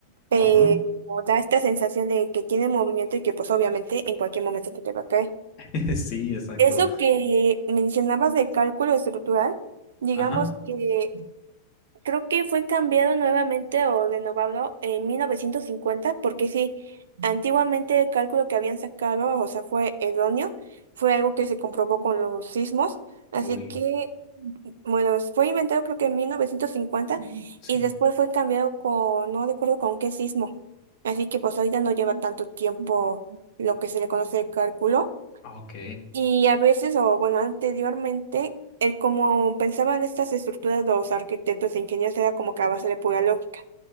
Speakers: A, on the right (about 60°); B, on the left (about 40°).
A: pero
B: ajá.
A: da esta sensación de que tiene movimiento y que pues obviamente en cualquier momento te, te va a caer.
B: <laughs> Sí, exacto.
A: Eso que mencionabas de cálculo estructural, digamos
B: Ajá.
A: que creo que fue cambiado nuevamente o renovado en 1950, porque sí, antiguamente el cálculo que habían sacado, o sea, fue erróneo, fue algo que se comprobó con los sismos, así
B: Uy,
A: que, bueno, fue inventado creo que en 1950
B: sí.
A: y después fue cambiado con, no recuerdo con qué sismo, así que pues ahorita no lleva tanto tiempo lo que se le conoce de cálculo.
B: Ah, Ok.
A: Y a veces, o bueno, anteriormente, el como pensaban estas estructuras los arquitectos e ingenieros era como que a base de pura lógica.